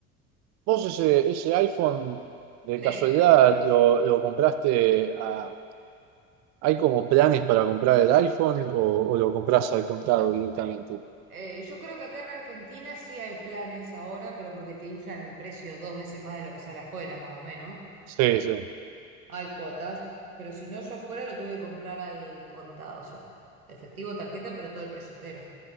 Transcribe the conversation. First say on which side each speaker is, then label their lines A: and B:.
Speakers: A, on the right; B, on the right.
A: vos ese, ese iPhone de
B: Sí.
A: casualidad lo, lo compraste a... ¿Hay como planes para comprar el iPhone o, o lo compras al contado directamente?
B: Eh, yo creo que acá en Argentina sí hay planes ahora, pero porque te inflan el precio dos veces más de lo que sale afuera, más o menos.
A: Sí, sí.
B: Hay cuotas, pero si no, yo afuera lo tuve que comprar al contado, o sea, efectivo, tarjeta, pero todo el precio entero.